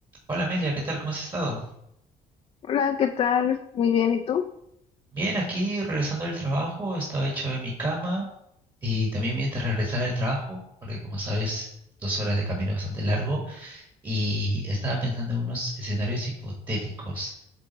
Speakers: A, on the right; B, on the left.
A: Hola Amelia, ¿qué tal? ¿Cómo has estado?
B: Hola, ¿qué tal? Muy bien, ¿y tú?
A: Bien, aquí regresando del trabajo, estaba echado en mi cama y también mientras regresaba del trabajo, porque como sabes, dos horas de camino es bastante largo, y estaba pensando en unos escenarios hipotéticos,